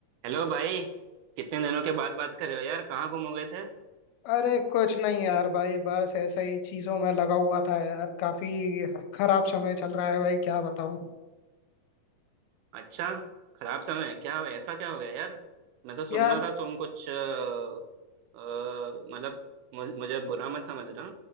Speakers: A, on the right; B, on the left.
A: Hello भाई कितने दिनों के बाद बात कर रहे हो यार कहाँ गुम हो गए थे
B: अरे कुछ नहीं यार भाई बस ऐसा ही चीजों में लगा हुआ था यार काफी खराब समय चल रहा है भाई क्या बताऊं
A: अच्छा खराब समय है क्या ऐसा क्या हो गया यार मैं तो सुन
B: यार
A: रहा था तुम कुछ अ, अ, मतलब मुझ- मुझे बुरा मत समझना